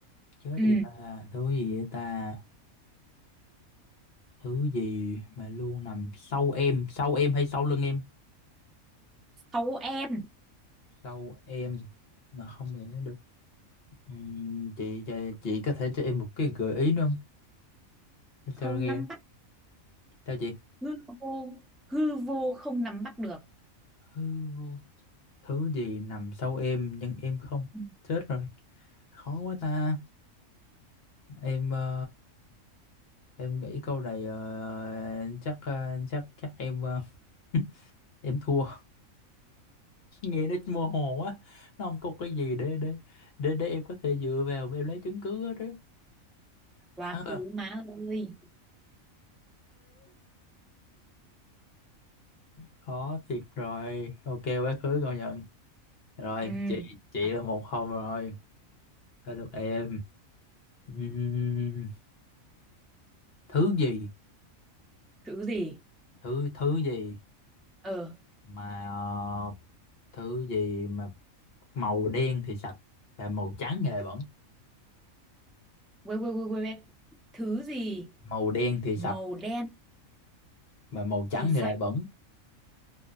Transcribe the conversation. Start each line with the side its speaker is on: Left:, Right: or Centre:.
Left: chết
Centre: ừ
Left: vậy ta thứ gì vậy ta thứ gì mà luôn nằm sau em sau em hay sau lưng em
Centre: sau em
Left: sau em mà không bao giờ lấy được Ừm, chị, chị chị có thể cho em một cái gợi ý nữa không Để
Centre: không
Left: sao nghe
Centre: nắm bắt
Left: sao chị
Centre: hư vô hư vô không nắm bắt được
Left: thứ, thứ gì nằm sau em nhưng em không
Centre: Ừ.
Left: chết rồi khó quá ta em ờ, em nghĩ câu này ờ, chắc ờ, chắc chắc em ờ, <laughs> em thua nghe nó mơ hồ quá nó không có cái gì để để để để em có thể dựa vào mà em lấy chứng cứ hết đó
Centre: quá
Left: à,
Centre: khứ má ơi
Left: khó thiệt rồi ok quá khứ công nhận rồi
Centre: ừ
Left: chị chị
Centre: Quá-
Left: là một không rồi tới lượt em Ừm, thứ gì
Centre: thứ gì
Left: thứ thứ gì
Centre: ờ
Left: mà ờ, thứ gì mà màu đen thì sạch và màu trắng thì lại bẩn
Centre: quên quên quên quên quên. thứ gì
Left: màu đen thì
Centre: màu
Left: sạch
Centre: đen
Left: mà màu trắng
Centre: thì sạch
Left: thì lại bẩn